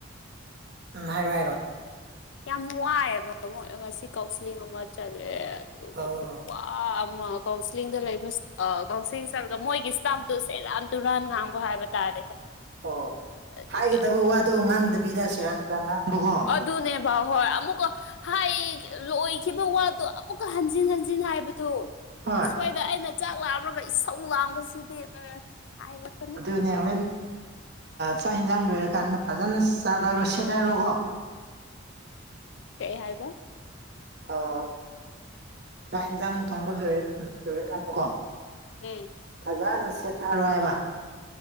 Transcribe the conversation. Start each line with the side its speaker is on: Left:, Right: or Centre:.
Right: ꯎꯝ ꯍꯥꯏꯔꯑꯣ ꯍꯥꯏꯔꯣ
Left: ꯌꯥꯝ ꯋꯥꯏꯑꯦꯕ ꯃꯣꯏ ꯉꯁꯤ ꯀꯥꯎꯟꯁꯤꯂꯤꯡ ꯑꯃ ꯆꯂꯦ ꯑꯗꯨꯒ
Right: ꯑꯣ
Left: ꯈꯨ ꯑꯃ ꯀꯥꯎꯟꯁꯤꯂꯤꯡꯗ ꯂꯩꯕ ꯀꯥꯎꯟꯁꯤꯂꯤꯡ ꯆꯠꯂꯒ ꯃꯣꯏꯒꯤ ꯏꯁ꯭ꯇꯥꯞꯇꯨ ꯁꯦꯔꯥꯟ ꯇꯨꯔꯥꯟ ꯉꯥꯡꯕ ꯍꯥꯏꯕ ꯇꯥꯔꯦꯗ
Right: ꯑꯣ
Left: ꯑꯗꯨꯒꯤ
Right: ꯍꯥꯏꯒꯗꯕ ꯋꯥꯗꯣ ꯉꯥꯡꯗꯕꯤꯗ ꯁꯦꯔꯟ ꯇꯨꯔꯟ ꯉꯥꯡꯕꯒꯣ
Left: ꯑꯗꯨꯅꯦꯕꯥ ꯍꯣꯏ ꯑꯃꯨꯛꯀ ꯍꯥꯏꯌꯦ ꯂꯣꯏꯈꯤꯕ ꯋꯥꯗꯨ ꯑꯃꯨꯛꯀ ꯍꯟꯖꯤꯟ ꯍꯟꯖꯤꯟ ꯍꯥꯏꯕꯗꯨ
Right: ꯍꯣꯏ
Left: ꯑꯩꯈꯣꯏꯗ ꯑꯩꯅ ꯆꯥꯛ ꯂꯥꯡꯔꯒ ꯏꯁꯧ ꯂꯥꯡꯕꯁꯤꯗꯤ ꯎꯝ ꯍꯥꯏꯔꯒ
Right: ꯑꯗꯨꯅꯦ ꯍꯣꯔꯦꯟ ꯆꯥꯛ ꯏꯟꯁꯥꯡ ꯂꯣꯏꯔꯀꯥꯟꯗ ꯐꯖꯅ ꯆꯥꯊꯔꯣ ꯁꯦꯊꯔꯣꯀꯣ
Left: ꯀꯩ ꯍꯥꯏꯕ
Right: ꯑꯣ ꯆꯥꯛ ꯌꯦꯟꯁꯥꯡ ꯊꯣꯡꯕ ꯂꯣꯏ ꯂꯣꯏꯔꯀꯥꯟꯗꯀꯣ
Left: ꯎꯝ
Right: ꯐꯖꯅ ꯁꯦꯠꯊꯔꯣ ꯍꯥꯢꯕ